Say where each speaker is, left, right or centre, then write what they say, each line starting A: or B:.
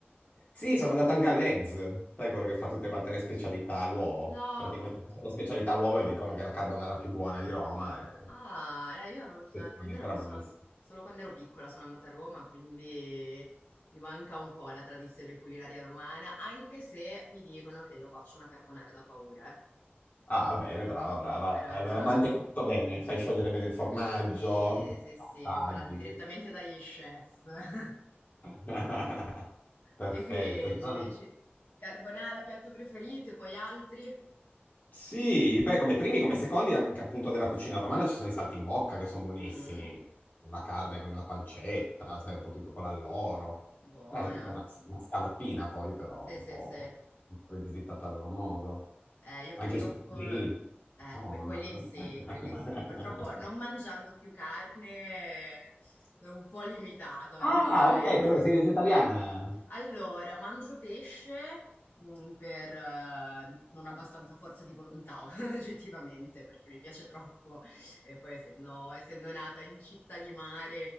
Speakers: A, on the left (about 45°); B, on the left (about 70°).
A: Sì, sono andato anche all'Eggs, sai quello che fa tutte quante le specialità all'uovo.
B: No,
A: Praticamente tutte le specialità all'uovo e dicono che è la carbonara più buona di Roma, e
B: Ah, eh, io non,
A: effettivamente
B: a dire il vero non
A: era
B: sono,
A: buonissima.
B: solo quando ero piccola sono andata a Roma, quindi mi manca un po' la tradizione culinaria romana, anche se mi dicono che io faccio una carbonara da paura. eh.
A: Ah, bene, brava, brava.
B: L'ho Imparata,
A: Allora, mantechi tutto bene, fai sciogliere bene il formaggio,
B: sì, sì,
A: passaggi.
B: sì, imparata direttamente dagli chef. <laughs>
A: <laughs> Perfetto.
B: E quindi,
A: Ci sono-
B: dici, carbonara, piatto preferito, e poi altri?
A: Sì, beh, come primi, come secondi, anche appunto della cucina romana ci sono i saltimbocca che sono buonissimi.
B: Mm,
A: La carne con la pancetta, sai, un po' tipo con l'alloro.
B: buona.
A: Sai, tipo una, una scaloppina poi, però
B: Sì,
A: un
B: sì,
A: po',
B: sì.
A: un po' rivisitata a loro modo.
B: Eh, io
A: Anche
B: purtroppo,
A: i supplì,
B: eh,
A: insomma.
B: que- quelli sì,
A: <laughs>
B: quelli sì. Purtroppo non mangiando più carne, eh, sono un po' limitato ormai.
A: Ah, ok, perché
B: su-
A: sei vegetariana.
B: Allora, mangio pesce, mm, per, eh, non abbastanza forza di volontà, <laughs> oggettivamente, perché mi piace troppo. E poi, essendo, essendo nata in città di mare,